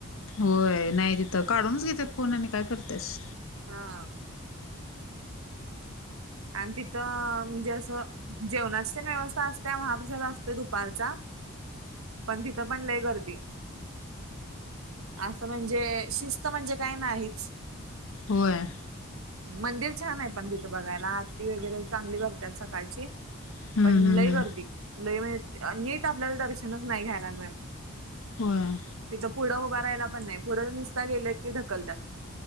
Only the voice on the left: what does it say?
होय नाही तिथं काढूनच घेत्यात फोन आणि काय करत्यास
व्हय.
हम्म
हम्म
हम्म
होय.